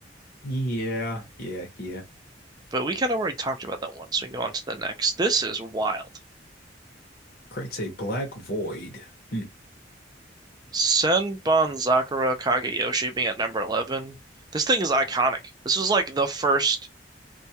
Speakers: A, on the left; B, on the right.
A: Yeah, yeah, yeah.
B: But we kind of already talked about that one, so we can go on to the next. This is wild.
A: Creates a black void. Hmm.
B: Senban Sakura Kageyoshi being at number 11. This thing is iconic. This was like the first